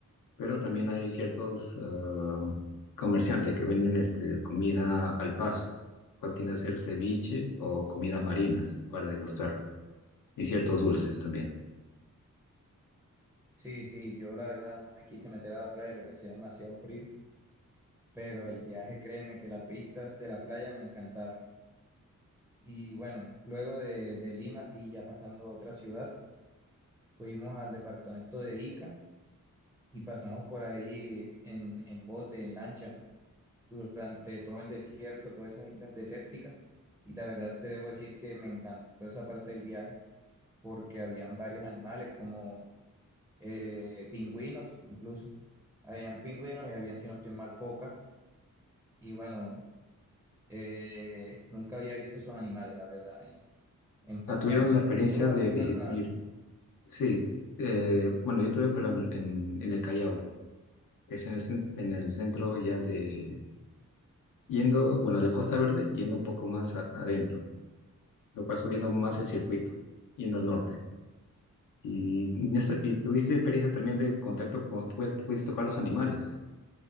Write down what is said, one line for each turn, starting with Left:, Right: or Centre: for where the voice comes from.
Left: pero también hay ciertos ah, comerciantes que venden este, comida al paso, cual tiende a ser ceviche o comidas marinas para degustar, y ciertos dulces también.
Centre: Sí, sí, yo la verdad no me quise meter a la playa porque hacía demasiado frío, pero el viaje, créeme que las vistas de la playa me encantaron. Y bueno, luego de, de Lima, sí, ya pasando a otra ciudad, fuimos al departamento de Ica y pasamos por ahí en, en bote, en lancha, durante todo el desierto, todas esas islas desérticas. Y la verdad te debo decir que me encantó esa parte del viaje porque habían varios animales como eh, pingüinos incluso. Habían pingüinos y habían, si no estoy mal, focas. Y bueno, eh, nunca había visto esos animales, la verdad, en, en persona.
Left: Ah, ¿tuvieron la experiencia
Centre: ¿Tú los
Left: de
Centre: has visto
Left: visitar?
Centre: alguna vez?
Left: Sí, eh, bueno, yo estuve, pero en, en- en el Callao, que es en el, cen- en el centro ya de, yendo, bueno, de la Costa Verde, yendo un poco más a- adentro, lo cual subiendo más
Centre: Ujú.
Left: el circuito, yendo al norte. Y, en esta- y tuviste experiencia también de contacto con, tú pudiste tocar los animales.